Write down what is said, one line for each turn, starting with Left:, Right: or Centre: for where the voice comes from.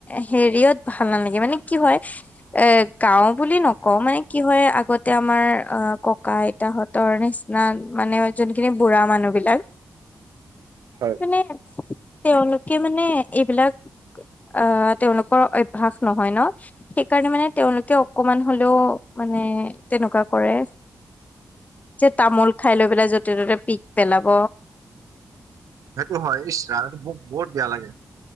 Left: হেৰিয়ত ভাল নালাগে মানে কি হয় এ গাওঁ বুলি নকওঁ মানে কি হয় আগতে আমাৰ অ ক ককা আইতাহঁতৰ নিচিনা মানে যোনখিনি বুঢ়া মানুহ বিলাক
Right: হয়
Left: মানে তেওঁলোকে মানে এইবিলাক অ তেওঁলোকৰ অভ্যাস নহয় ন সেইকাৰণে মানে তেওঁলোকে অকমান হলেও মানে তেনেকুৱা কৰে যে তামোল খাই লৈ পেলাই যতে ত'তে পিক পেলাব
Right: সেইটো হয় ইচ ৰাম মোক বহুত বেয়া লাগে